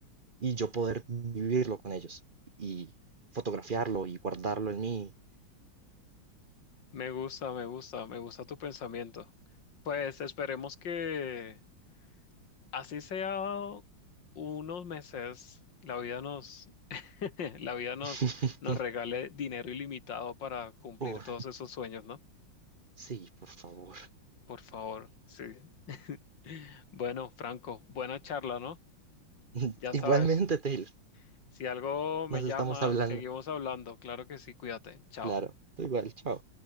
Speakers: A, on the right; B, on the left.
A: y yo poder vivirlo con ellos y fotografiarlo y guardarlo en mí.
B: Me gusta, me gusta, me gusta tu pensamiento. Pues esperemos que así sea unos meses, la vida nos, <laughs> la vida nos,
A: <laughs>
B: nos regale dinero ilimitado para cumplir
A: Por-
B: todos esos sueños, ¿no?
A: sí, por favor.
B: Por favor, sí. <laughs> Bueno, Franco, buena charla, ¿no?
A: <laughs>
B: Ya
A: Igualmente,
B: sabes,
A: Taylor,
B: si algo me
A: nos
B: llama,
A: estamos hablando.
B: seguimos hablando. Claro que sí, cuídate. Chao.
A: Claro, tú igual, chao.